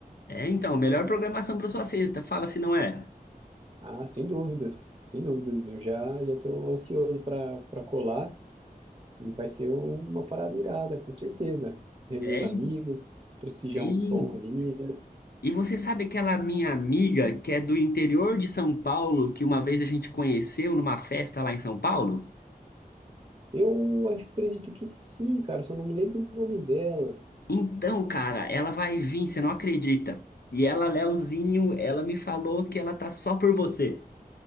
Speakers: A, on the left; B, on the right.
A: É, então, melhor programação pra sua sexta. Fala se não é.
B: Ah, sem dúvidas, sem dúvidas. Eu já, já tô ansioso para para colar. E vai ser uma parada irada, com certeza. Rever
A: É,
B: os amigos, prestigiar
A: Sim.
B: um som ali. né?
A: E você sabe aquela minha amiga que é do interior de São Paulo, que uma vez a gente conheceu numa festa lá em São Paulo?
B: Eu acho que acredito que sim, cara. Só não me lembro o nome dela.
A: Então, cara, ela vai vir, você não acredita. E ela, Leozinho, ela me falou que ela tá só por você.